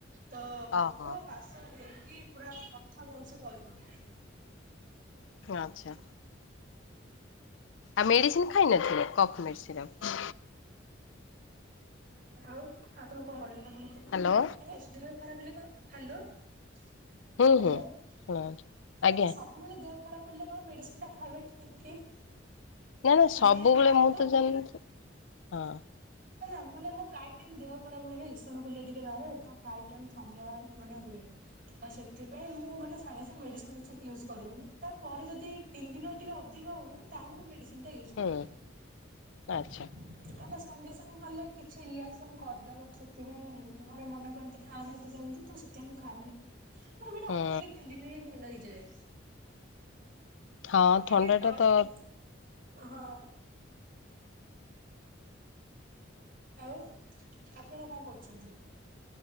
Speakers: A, on the right (about 45°); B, on the left (about 80°).
A: ତ କଫ
B: ଓହୋ।
A: କାଶ ହେଇକି ପୁରା କଥା ଭଲସେ କହିପାରୁନି।
B: ଆଚ୍ଛା। ଆଉ ମେଡିସିନ ଖାଇନ କି କଫ୍ ମେଡିଶିରଫ।
A: ଆଉ ଆପଣ <unintelligible>
B: ହ୍ୟାଲୋ।
A: ବସ୍ ଦେହ ଖରାପ୍ ହେଲେ କ ହ୍ୟାଲୋ ହ୍ୟାଲୋ
B: ହୁଁ ହୁଁ
A: ମାନେ
B: ଶୁଣାଉଛି ଆଜ୍ଞା।
A: ସ ସବୁବେଳେ ଦେହ ଖରାପ ହେଲେ କଣ ମେଡିସିନ ଟା ଖାଇବେ ଠିକ କି?
B: ନାଇ ନାଇ ସବୁବେଳେ
A: ମାନେ ଆଗ
B: ମୁଁ ତ ଜାଣି ନଥିଲି ହଁ।
A: ନା ନା ମାନେ ମୋ ପ୍ରାୟ ଟାଇମ୍ ଦେହ ଖରାପ ହୁଏ ନା ଏସନ ଫୁଲିଆ ଟିକେ ବାହାର ପ୍ରାୟ ଟାଇମ ଥଣ୍ଡା ମାନେ ହୁଏ। ତ ସେଥିପାଇଁ ମୁଁ ମାନେ ସାଙ୍ଗେ ସାଙ୍ଗେ ମେଡିସିନ କିଛି ୟୁଜ କରିନି ତାପରେ ଯଦି ତିନି ଦିନ ଟିକେ ଅଧିକ ହୁଏ ତାହେଲେ ମୁ ମେଡିସିନ ଟା ୟୁଜ କରେ
B: ହୁଁ
A: କହିକିନା
B: ଆଚ୍ଛା
A: ସଙ୍ଗେ ସଙ୍ଗ କଲେ କିଛି ରିଆକ୍ସନ କରିଦବା ସେଥିପାଇଁ ଘରେ ମନା କରନ୍ତି ଖାଅନା ଏତେ ଜଲଦି ତ ସେଥିପାଇଁ ମୁଁ ଖାଏନି ମୋର୍ ବିତ
B: ହୁଁ
A: ଅଟୋମେଟିକ ତିନି ଦିନ ଭଲ ହେଇଯାଏ।
B: ହଁ
A: ଟିକେ
B: ଥଣ୍ଡା
A: ଡଷ୍ଟ
B: ଟା ତ
A: ଇନଫେକ୍ସନ୍ ହଁ। ଆଉ ଆପଣ କଣ କରୁଛନ୍ତି?